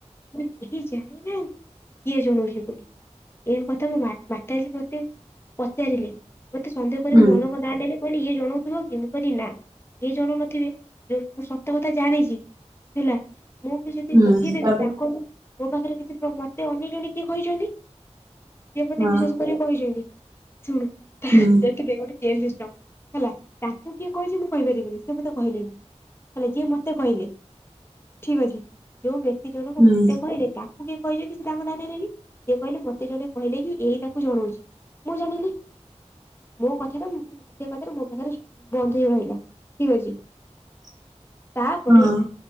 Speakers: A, on the left; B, on the right.
A: ମାନେ କେହି ଜାଣିନାହାନ୍ତି କିଏ ଜଣଉଛି ବୋଲି। ଏ କଥା ମୋ ବାଟାଜୀ ମତେ ପଚାରିଲେ ମତେ ସନ୍ଦେହ କରିବି
B: ହୁଁ
A: ଜଣ ନାଁ ନେଲେ କହିଲି ଇଏ ଜଣଉଥିବ କି ମୁଁ କହିଲି ନା। ଏ ଜଣୁନଥିବେ ଯୋଉ ମୁଁ ସତ କଥା ଜାଣିଛି ହେଲା। ମୁଁ ବି ଯଦି
B: ହୁଁ
A: କହିଦେବି
B: ତାପରେ
A: ତାଙ୍କ ମୋ ପାଖରେ କିଛି ମତେ ଅନ୍ୟ ଜଣେ କିଏ କହିଛନ୍ତି। ସିଏ ମତେ
B: ହଁ
A: ବିସ୍ୱାସ କରି କହିଛନ୍ତି ଶୁଣୁ, ତା
B: ହୁଁ
A: ରଇଥ ଟିକେ ଗୋଟେ ଚେନ୍ ସିଷ୍ଟମ୍ ହେଲା ତାଙ୍କୁ କିଏ କହିଛି ମୁଁ କହିପାରିବିନି ସେ ମୋତେ କହିଲେନି। ହେଲେ ଯିଏ ମତେ କହିଲେ ଠିକ ଅଛି ଯୋଉ ବ୍ୟକ୍ତି ଜଣଙ୍କୁ
B: ହୁଁ
A: ମତେ କହିଲେ ତାକୁ ତାଙ୍କୁ କିଏ କହିଛନ୍ତିି ସେ ତାଙ୍କ ନାଁ ନେଲେନି ସିଏ କହିଲେ କି ମତେ ଜଣେ କହିଲେ କି ଏଇ ତାକୁ ଜଣଉଛି। ମୁଁ ଜାଣିନି। ମୋ କଥାଟା ସେ କଥାରେ ମୋ କଥା ବନ୍ଦ ହେଇ ରହିଲା ଠିକ ଅଛି।
B: <inaudible>
A: ତାପରେ
B: ହଁ